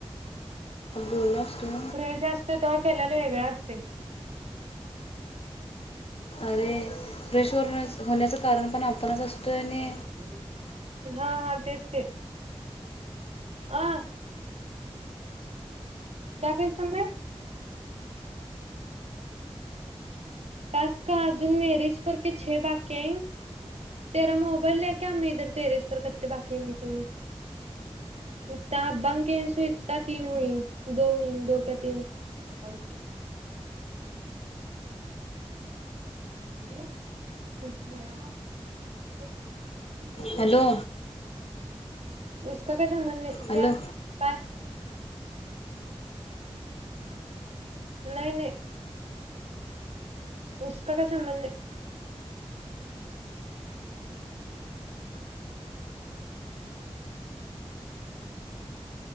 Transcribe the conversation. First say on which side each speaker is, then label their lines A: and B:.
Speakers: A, on the left; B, on the right.
A: बोललो असतो.
B: फ्रेश असतेय तवा केल्याल वेगळा असतय.
A: अरे फ्रेशवरनच होण्याचं कारण पण आपणच असतोय
B: करते
A: आणि
B: एकदा आतातरी हा हा तेच ते आ क्या भेजता मे? टास्क अजून मेरेजपर के छे बाकीय है. तेरा मोबाईल लेके आ मै इधर टेरेस पर कत्ते बाकी है देखेंगे. इत्ता अब्बा की वजह से इत्ता तीन हुई दोन होई दो का तीन अब्बांके <unintelligible>
A: हॅलो!
B: उसका कैसा मन नई,
A: हॅलो
B: क्या? काय? नई नई उसका कैसा मन नई